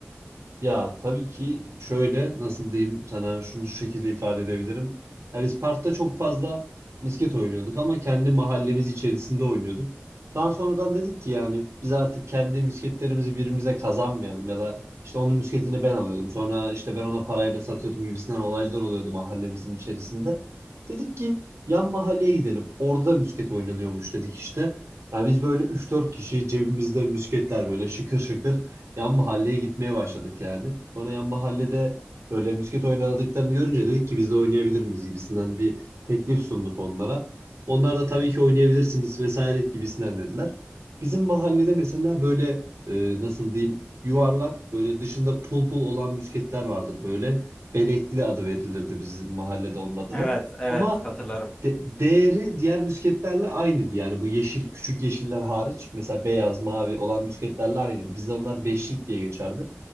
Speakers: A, on the right; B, on the left.
A: Ya tabii ki şöyle nasıl diyeyim sana şunu şu şekilde ifade edebilirim. Yani biz parkta çok fazla misket oynuyorduk ama kendi mahallemiz içerisinde oynuyorduk. Daha sonradan dedik ki yani biz artık kendi misketlerimizi birbirimize kazanmayalım ya da işte onun misketini ben alıyordum. Sonra işte ben ona parayla satıyordum gibisinden olaylar oluyordu mahallemizin içerisinde. Dedik ki yan mahalleye gidelim. Orada misket oynanıyormuş dedik işte. Ya biz böyle üç dört kişi cebimizde misketler böyle şıkır şıkır yan mahalleye gitmeye başladık yani. Sonra yan mahallede böyle misket oynadıklarını görünce dedik ki biz de oynayabilir miyiz gibisinden bir teklif sunduk onlara. Onlar da tabii ki oynayabilirsiniz vesaire gibisinden dediler. Bizim mahallede mesela böyle e, nasıl diyeyim yuvarlak böyle dışında pul pul olan misketler vardır böyle. Benekli adı verilirdi bizim mahallede onun adına.
B: Evet, evet
A: Ama
B: hatırlarım.
A: de- değeri diğer müsketlerle aynıydı. Yani bu yeşil, küçük yeşiller hariç mesela beyaz, mavi olan müsketlerle aynıydı. Bizde onlar beşlik diye geçerdi.